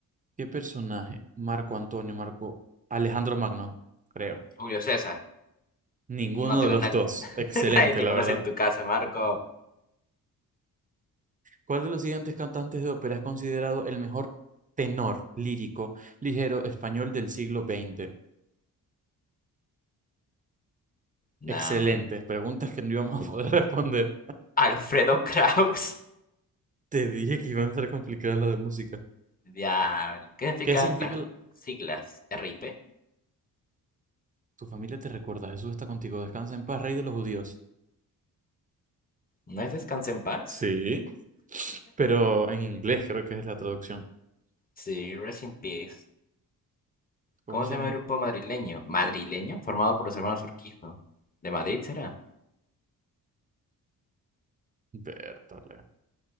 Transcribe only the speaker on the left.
Julio César.
No te
conoce,
<laughs>
nadie te
conoce
en tu casa, Marco.
Nam.
Alfredo Kraus.
<laughs> Diablo. ¿Qué significan
las
siglas RIP?
¿No es Descansa en paz?
Sí, Rest in Peace.
¿Cómo
se
llama el grupo madrileño? ¿Madrileño? Formado por los hermanos Urquijo. ¿De Madrid será?